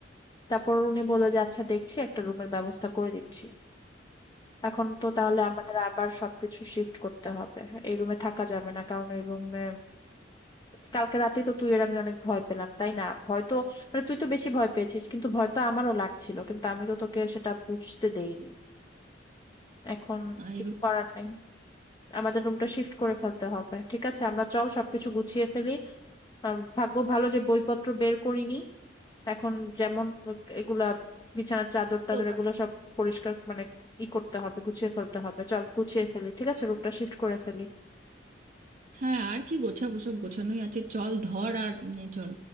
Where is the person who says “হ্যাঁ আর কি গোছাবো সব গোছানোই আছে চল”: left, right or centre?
Right